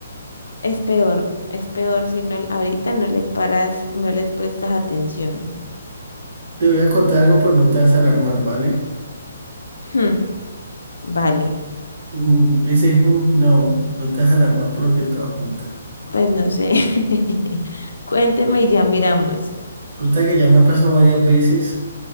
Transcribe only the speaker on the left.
es peor, es peor si no, ahorita no le paras, no les prestas atención.
Hmm, vale,
pues no sé. <laughs> Cuénteme y ya miramos.